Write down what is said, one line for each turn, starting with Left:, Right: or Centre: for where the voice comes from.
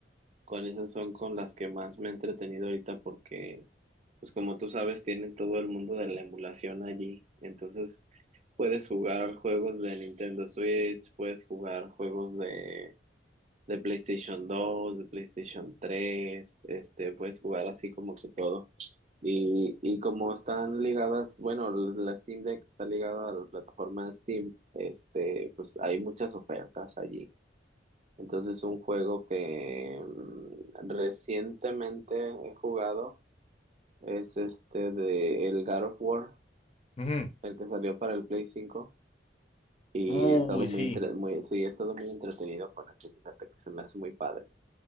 Right: con esas son con las que más me he entretenido ahorita porque, pues como tú sabes, tienen todo el mundo de la emulación allí. Entonces, puedes jugar juegos de Nintendo Switch, puedes jugar juegos de, de PlayStation dos de PlayStation tres este, puedes jugar así como que todo. Y, y como están ligadas, bueno, la Steam Deck está ligada a la plataforma de Steam, este, pues hay muchas ofertas allí. Entonces, un juego que mm, recientemente he jugado es este de el God of War,
Left: Ujú.
Right: el que salió para el Play cinco Y
Left: Uy,
Right: he estado
Left: sí.
Right: muy, entre- muy, sí, he estado muy entretenido con eso fíjate que se me hace muy padre.